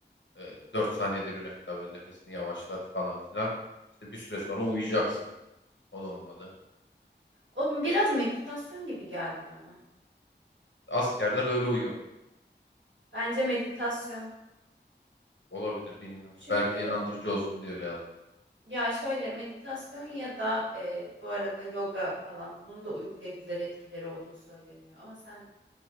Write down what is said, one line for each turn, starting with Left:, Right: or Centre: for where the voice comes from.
Left: e, 4 saniyede bir nefes al, böyle nefesini yavaşlat falan filan. İşte bir süre sonra uyuyacaksın. O da olmadı.
Right: O biraz meditasyon gibi geldi bana.
Left: Askerler öyle uyuyor.
Right: Bence meditasyon.
Left: Olabilir bilmiyorum.
Right: Çünkü
Left: Belki de inandırıcı olsun diye öyle yazdım.
Right: ya şöyle meditasyon ya da e, bu arada yoga falan bunun da uykuya güzel etkileri olduğu söyleniyor. Ama sen